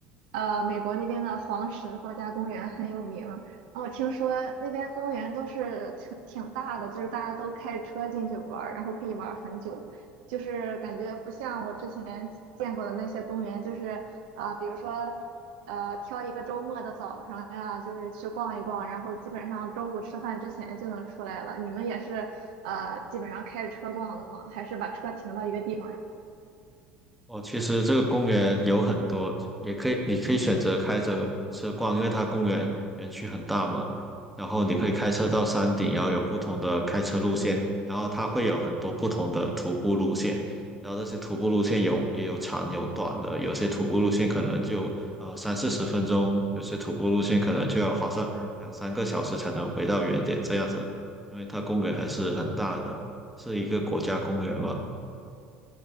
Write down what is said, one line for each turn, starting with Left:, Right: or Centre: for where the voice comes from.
Right: 呃，美国那边的黄石国家公园很有名。然后我听说那边公园都是挺挺大的，就是大家都开着车进去玩儿，然后可以玩儿很久。就是感觉不像我之前见过的那些公园，就是呃，比如说呃，挑一个周末的早上呀，就是去逛一逛，然后基本上中午吃饭之前就能出来了。你们也是呃，基本上开着车逛的吗？还是把车停到一个地方呀？
Centre: 哦，其实这个公园有很多，也可以，你可以选择开着车逛，因为它公园园区很大嘛。然后你可以开车到山顶，
Right: 嗯。
Centre: 然后有不同的开车路线，然后它会有很多不同的徒步路线。然后那些徒步路线有也有长有短的，有些徒步路线可能就呃三四十分钟，有些徒步路线可能就要花上两三个小时才能回到原点这样子，因为它公园还是很大的，是一个国家公园嘛。